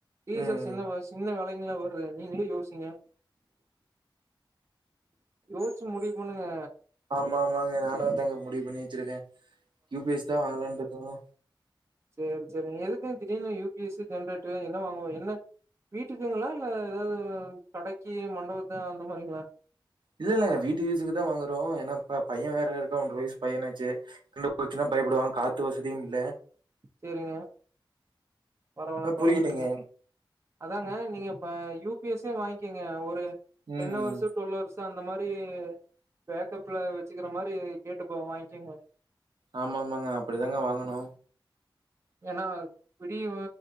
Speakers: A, on the right (about 30°); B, on the right (about 65°).
A: டீசல்
B: ம்.
A: சின்ன வ சின்ன வெல ங்களா வருது நீங்களு யோசிங்க யோசிச்சு முடிவு பண்ணுங்க
B: ஆமா ஆமாங்க நானு அதாங்க முடிவு பண்ணி வெச்சிருக்க யூ பி எஸ் தா வாங்கலானு இருக்கங்க
A: செரி செரிங்க எதுக்குங்க திடீருனு யூ பி எஸ் ஜென்ரேட்டர் என்ன வாங்க போற என்ன வீட்டுக்குங்களா இல்ல ஏதாவது கடைக்கி மண்டபத்து அந்த மாரிங்களா
B: இல்லல்லங்க வீட்டு யூசுக்கு தா வாங்குறோ ஏன்னா ப்ப பைய வேற இருக்கா ஒரன்ற வயசு பையனாச்சு கரண்டு போச்சுன்னா பயப்படுவாங்க காத்து வசதியும் இல்ல
A: செரிங்க பரவால்ல
B: அ
A: பரவாயிலெங்க
B: புரியலைங்க.
A: அதாங்க நீங்க ப யூப் பி எஸே வாங்கிக்கங்க ஒரு
B: ம்.
A: டென் ஹவர்ஸு டுவெல்ஹவர்ஸு அந்த மாரி இ பேக்கப்ல வச்சுக்கிற மாரி கேட்டுப்போ வாங்கிக்கங்க
B: ஆமா ஆமாங்க அப்டிதாங்க வாங்கணு
A: ஏனா விடியு